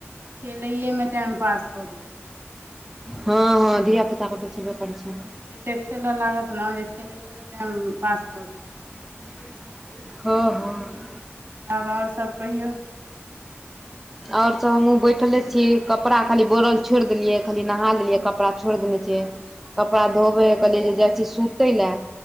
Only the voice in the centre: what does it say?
हँ -हँ धियापुताकेँ तऽ छयबे करै छै।
हं -हँ।
आओर सभ हमहूँ बैठले छी कपड़ा खाली बोड़ल छोड़ि देलियै खाली नहा लेलियै कपड़ा छोड़ि देने
छियै।
कपड़ा धोबै कहलियै जे जाइ छी सुतै लए